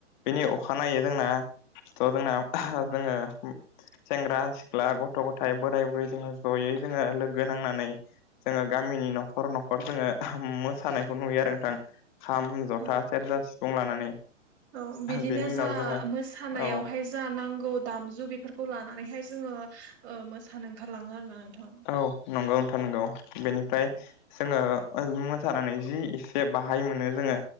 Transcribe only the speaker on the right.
औ
औ बिदिनो
जा
मोसा मोसानायावहाय
जा नांगौ दामजु बेफोरखौ लानानैहाय जोङो मोसानो ओंखारलाङो आरो ना नोंथां?